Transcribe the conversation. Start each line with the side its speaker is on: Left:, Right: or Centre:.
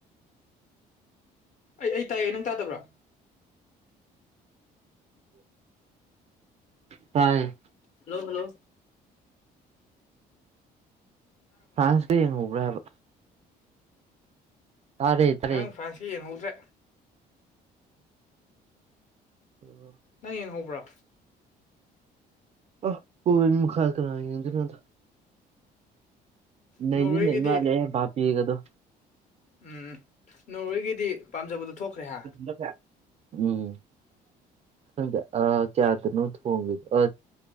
Left: ꯑꯩ ꯑꯩ ꯇꯥꯌꯦ ꯅꯪ ꯇꯥꯗꯕ꯭ꯔꯣ
Right: ꯇꯥꯢ
Left: ꯍꯜꯂꯣ ꯍꯜꯂꯣ
Right: ꯐ꯭ꯔꯥꯟꯁꯗꯦ ꯌꯦꯡꯉꯕ꯭ꯔꯕ ꯇꯥꯔꯦ ꯇꯥꯔꯦ
Left: ꯅꯪꯥꯡ ꯐꯥꯁꯤ ꯌꯦꯡꯍꯧꯗ꯭ꯔꯦ
Right: ꯑꯣꯝꯜ <inaudible>
Left: ꯅꯪ ꯌꯦꯡꯍꯧꯕ꯭ꯔꯥ
Right: ꯑ ꯀꯣꯏ ꯃꯈꯥꯔ ꯀꯥꯅꯥꯗ ꯅꯗꯤ
Left: ꯅꯣꯔꯋꯦꯒꯤꯗꯤ
Right: ꯅ ꯏ ꯃꯥꯜꯂꯦ ꯚꯞꯄꯤꯒꯗꯣ
Left: ꯎꯝ ꯅꯣꯔꯋꯦꯒꯤꯗꯤ ꯄꯥꯝꯖꯕꯗꯣ ꯊꯣꯛꯈ꯭ꯔꯦ ꯍꯥ
Right: ꯍꯁ <inaudible> ꯎꯝ ꯈꯪꯗ ꯑ ꯀꯌꯥꯗꯅꯣ ꯊꯣꯡꯉꯗ